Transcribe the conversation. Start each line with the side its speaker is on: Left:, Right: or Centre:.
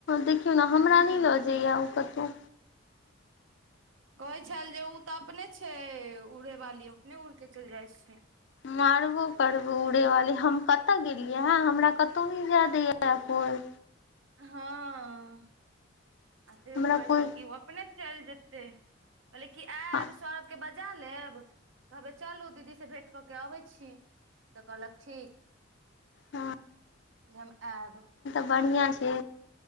Left: देखियौ ने हमरा
Right: हूँ
Left: नहि लऽ जाइएा ओ कतहु
Right: कहै छएल जे ओ तऽ अपने छै उड़ वाली अपने उड़के चलि जाइत छियै
Left: मारबो करबौ उड़ेवाली हम कतऽ गेलियै हँ हमरा कतहु नहि जाय दैय कोई
Right: हँ आ तयो
Left: हमरा
Right: कहै
Left: कोइ
Right: छल खि ओ अपने चलि जेतै कहले कि आयब
Left: हँ
Right: सरभ के बजा लेब कहबै चलू दीदीसँ भेँट कऽ के अबै छी तऽ कहलक ठीक
Left: हँ
Right: जे हम आब
Left: बढ़ीया छै